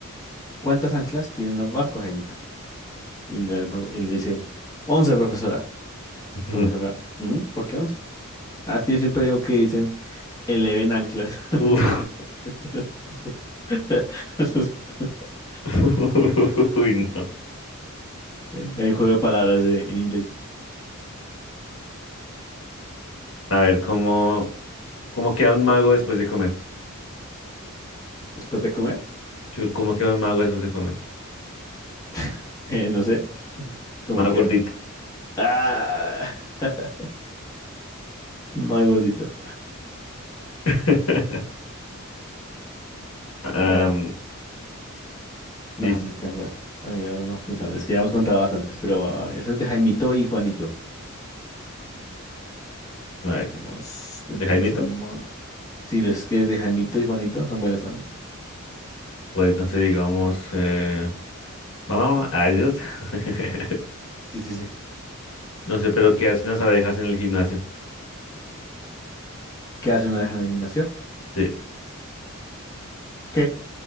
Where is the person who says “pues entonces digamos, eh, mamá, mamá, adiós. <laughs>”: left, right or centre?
Left